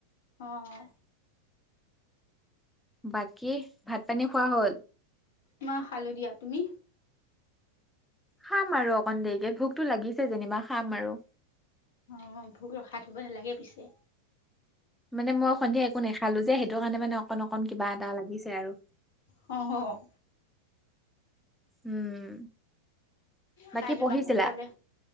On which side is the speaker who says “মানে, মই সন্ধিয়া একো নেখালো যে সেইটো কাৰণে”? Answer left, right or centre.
Centre